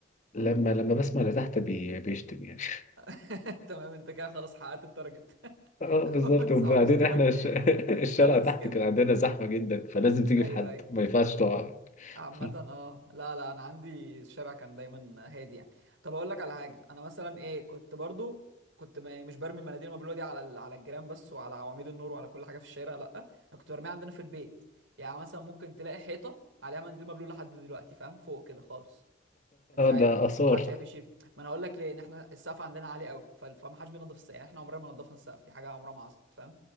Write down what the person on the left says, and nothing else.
لما لما بسمع اللي تحت بي... بيشتم يعني <laughs>
اه
بالظبط
وبعدين
احنا الش... <laughs> الشارع
تحت
كان عندنا زحمة جدا فلازم تيجي
في حد
ما ينفعش تقع
<laughs>
ده آثار